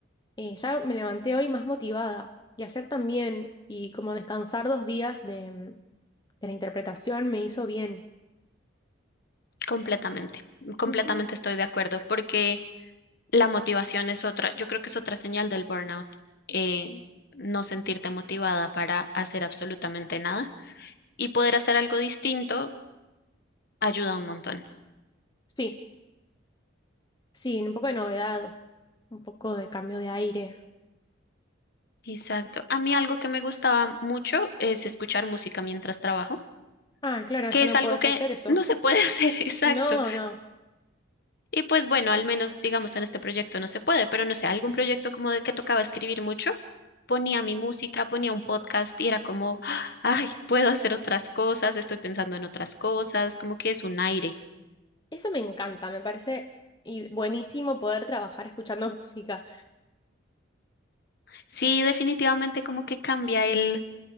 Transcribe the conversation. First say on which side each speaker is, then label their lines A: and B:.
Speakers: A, on the left; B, on the left.
A: eh, ya me levanté hoy más motivada. Y ayer también, y como descansar dos días de, mm, de la interpretación me hizo bien.
B: Completamente, completamente
A: Ujú.
B: estoy de acuerdo, porque la motivación es otra, yo creo que es otra señal del burnout, eh, no sentirte motivada para hacer absolutamente nada y poder hacer algo distinto ayuda un montón.
A: Sí. Sí, un poco de novedad, un poco de cambio de aire.
B: Exacto. A mí algo que me gustaba mucho es escuchar música mientras trabajo,
A: Ah, claro,
B: que
A: ya
B: es
A: no
B: algo
A: podés
B: que
A: hacer eso.
B: no se puede <laughs> hacer, exacto.
A: No, no.
B: Y pues bueno, al menos digamos en este proyecto no se puede, pero no sé, algún proyecto como de que tocaba escribir mucho, ponía mi música, ponía un podcast y era como, ¡ah! ay, puedo hacer otras cosas, estoy pensando en otras cosas, como que es un aire.
A: Eso me encanta, me parece y- buenísimo poder trabajar escuchando <laughs> música.
B: Sí, definitivamente como que cambia el